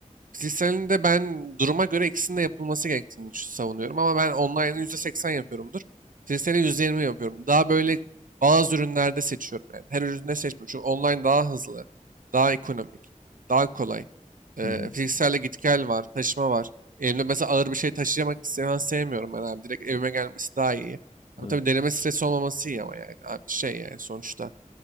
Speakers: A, on the right; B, on the left.
A: Fiziksel de ben duruma göre ikisinin de yapılması gerektiğini savunuyorum ama ben online'ı %80 yapıyorumdur. Fiziksel'i %20 yapıyorum. Daha böyle bazı ürünlerde seçiyorum yani. Her üründe seçmiyorum. Çünkü online daha hızlı, daha ekonomik, daha kolay. Ee,
B: Hı hı.
A: fizikselde git gel var, taşıma var. Elimde mesela ağır bir şey taşıyamak istemem sevmiyorum ben abi. Direkt evime gelmesi daha iyi. Ama
B: Evet.
A: tabii deneme stresi olmaması iyi ama yani. Abi şey yani sonuçta